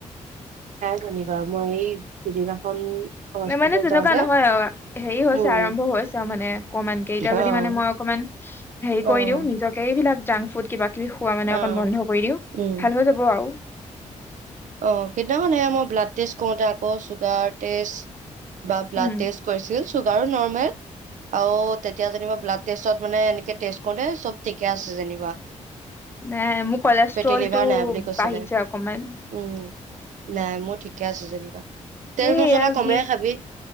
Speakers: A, on the right; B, on the left.
A: শুনিবা মই এই সিদিনাখন হস্পিতেল
B: নে মানে তেনেকুৱা
A: যাওঁতে
B: নহয় আৰু হেৰি হৈছে
A: উম
B: আৰম্ভ হৈছে আৰু মানে অকমানকে এতিয়া
A: অ',
B: যদি মানে মই অকমান হেৰি কৰি
A: অ',
B: দিও নিজকে এইবিলাক জাং ফুড কিবা কিবি খোৱা মানে অকণ
A: অ',
B: বন্ধ কৰি দিওঁ
A: উম
B: ভাল হৈ যাব আৰু।
A: অ, কেইদিনাখন এইয়া মই ব্লাড টেষ্ট কৰোতে আকৌ চুগাৰ টেষ্ট বা ব্লাড
B: উম
A: টেষ্ট কৰিছিল চুগাৰো নৰ্মেল। অ তেতিয়া যেনিবা ব্লাড ষ্টেতত মানে এনেকে টেষ্ট কৰোতে চব ঠিকে আছে যেনিবা।
B: নাই মোৰ কলেষ্ট্ৰলটো
A: ফেটি লিভাৰ নাই বুলি কৈছিলে।
B: বাঢ়িছে অকমান।
A: উম নাই মোৰ ঠিকে আছে যেনিবা। তেল
B: সেইয়া
A: মছলা কমে
B: বি
A: খাবি